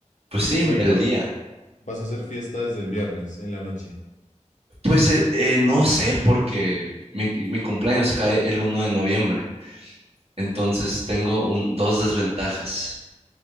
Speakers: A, on the right; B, on the left.
A: pues sí,
B: O sea
A: el
B: que
A: día.
B: vas a hacer fiesta desde el viernes en la noche.
A: Pues eh, eh, no sé, porque mi, mi cumpleaños cae el uno de noviembre. Entonces tengo un, dos desventajas.